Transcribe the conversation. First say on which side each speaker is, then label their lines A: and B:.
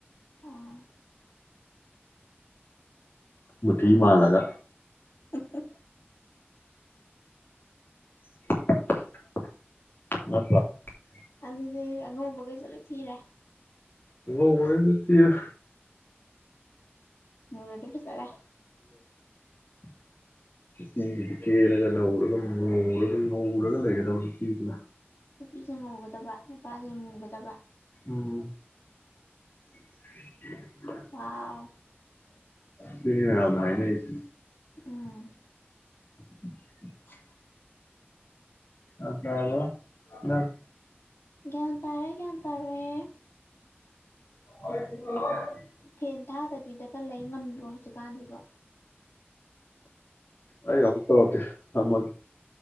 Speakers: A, on the left; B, on the left.
A: ꯑꯣꯥ
B: ꯃꯨꯊꯤ ꯃꯥꯜꯂꯒ
A: ꯍꯍ
B: <unintelligible>
A: ꯑꯗꯨꯗꯤ ꯑꯉꯧꯕꯈꯩꯁꯨ ꯂꯣꯏ ꯊꯤꯔꯦ
B: ꯑꯉꯧꯕꯈꯩꯁꯨ ꯊꯤꯔꯦ
A: ꯃꯨꯔꯗꯤ ꯐꯖꯔꯦ <inaudible>
B: ꯅꯨꯄꯤꯗꯨꯗꯤ ꯀꯦꯔꯒ ꯅꯧꯔꯒ ꯃꯨꯔꯒ ꯉꯧꯔꯒ ꯂꯩꯒꯗꯕ ꯅꯨꯄꯤꯁꯤꯅ
A: ꯅꯨꯄꯤꯁꯦ ꯉꯧꯒꯗꯕ ꯅꯨꯄꯥꯁꯦ ꯃꯨꯒꯗꯕ
B: ꯎꯝ <inaudible>
A: ꯋꯥꯎ
B: ꯁꯤꯅꯤ ꯃꯌꯥꯝꯅ ꯍꯥꯢꯅꯩꯁꯤ
A: ꯎꯝ
B: <inaudible> ꯑꯗꯕ ꯅꯪ
A: ꯒ꯭ꯌꯥꯟ ꯇꯥꯔꯦ ꯒ꯭ꯌꯥꯟ ꯇꯥꯔꯦ
B: <unintelligible>
A: ꯐꯦꯟ ꯊꯥꯗꯕꯤꯗꯒ ꯂꯩ ꯉꯝꯃꯤꯕ꯭ꯔꯣ ꯍꯧꯖꯤꯛꯀꯥꯟꯁꯤꯕꯣ
B: ꯑꯩ ꯑꯃꯨꯛ ꯇꯧꯔꯛꯀꯦ ꯊꯝꯃ